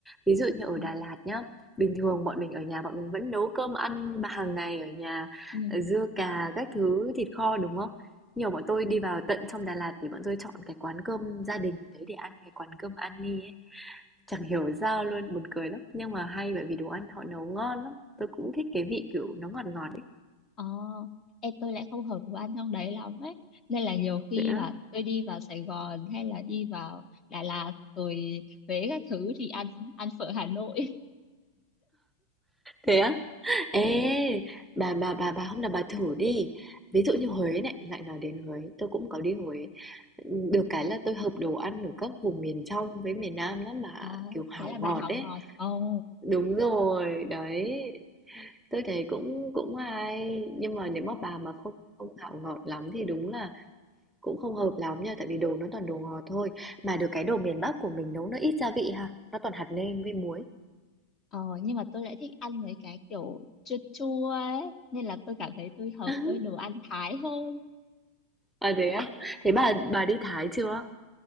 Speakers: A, in the centre; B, on the left.
A: Ví dụ như ở
B: Ờ,
A: Đà Lạt nhá, bình thường bọn mình ở nhà bọn mình vẫn nấu cơm ăn hàng ngày ở nhà
B: ừ.
A: ờ, dưa cà các thứ thịt kho đúng không? Nhưng mà bọn tôi đi vào tận trong Đà Lạt thì bọn tôi chọn cái quán cơm gia đình ở đấy để ăn cái quán cơm Ani ấy. Chẳng hiểu sao luôn, buồn cười lắm. Nhưng mà hay bởi vì đồ ăn họ nấu ngon lắm. Tôi cũng thích cái vị kiểu nó ngọt ngọt ấy.
B: Ờ, em tôi lại không hợp với anh trong đấy lắm ấy. Nên là nhiều khi
A: Dạ.
B: mà tôi đi vào Sài Gòn hay là đi vào Đà Lạt rồi Huế các thứ thì ăn ăn phở Hà Nội.
A: Thế á? Ê,
B: Ồ,
A: bà bà bà bà hôm nào bà thử đi. Ví dụ như Huế này, lại nói đến Huế, tôi cũng có đi Huế. Được cái là tôi hợp đồ ăn ở các vùng miền trong với miền Nam lắm mà
B: à,
A: kiểu hảo
B: thế là bà
A: ngọt
B: hảo
A: ấy.
B: ngọt. Ồ,
A: Đúng rồi, đấy. Tôi thấy cũng cũng hay, nhưng mà nếu mà bà mà không không hảo ngọt lắm thì đúng là cũng không hợp lắm nha, tại vì đồ nó toàn đồ ngọt thôi. Mà được cái đồ miền Bắc của mình nấu nó ít gia vị ha, nó toàn hạt nêm với muối.
B: ờ, nhưng mà tôi lại thích ăn mấy cái kiểu chua chua ấy. Nên là tôi cảm thấy tôi hợp
A: <laughs>
B: với đồ ăn Thái hơn.
A: À thế á? Thế bà bà đi Thái chưa?